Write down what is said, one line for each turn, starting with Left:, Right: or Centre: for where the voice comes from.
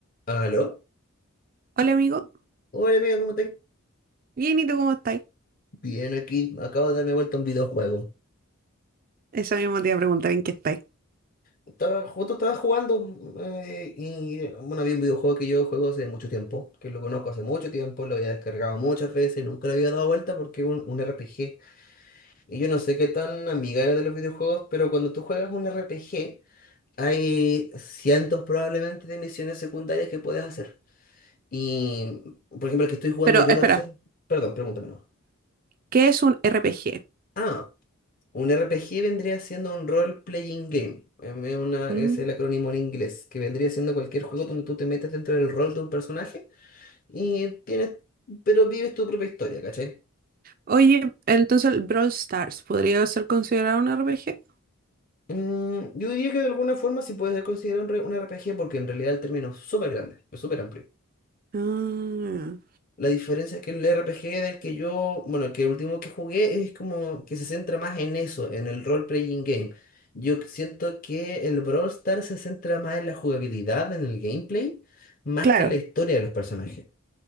Left: ¿Aló?
Right: Hola amigo,
Left: Hola amiga, ¿cómo estás?
Right: bien, ¿y tú cómo estáis?
Left: Bien, aquí acabo de darme vuelta a un videojuego.
Right: Eso mismo te iba a preguntar en qué estáis.
Left: Estaba, justo estaba jugando eh, y bueno, había un videojuego que yo juego hace mucho tiempo, que lo conozco hace mucho tiempo, lo había descargado muchas veces, nunca le había dado vuelta porque es un, un RPG. Y yo no sé qué tan amiga era de los videojuegos, pero cuando tú juegas un RPG, hay cientos probablemente de misiones secundarias que puedes hacer. Y, por ejemplo, el que estoy jugando
Right: Pero
Left: yo
Right: espera,
Left: es el... Perdón, pregúntame. no.
Right: ¿qué es un RPG?
Left: Ah, Un R P G vendría siendo un role-playing game. em, Es, una-
Right: Mm.
Left: es el acrónimo en inglés, que vendría siendo cualquier juego donde tú te metes dentro del rol de un personaje y tienes, pero vives tu propia historia, ¿cachai?
Right: Oye, entonces el Brawl Stars podría ser considerado un RPG?
Left: Mm, yo diría que de alguna forma sí puede ser considerado un, re- un R P G porque en realidad el término es súper grande, es súper amplio.
Right: Ah,
Left: La diferencia es que el RPG del que yo, bueno, el que el último que jugué es como que se centra más en eso, en el role-playing game. Yo siento que el Brawl Stars se centra más en la jugabilidad, en el gameplay, más
Right: claro,
Left: que en la historia de los personajes.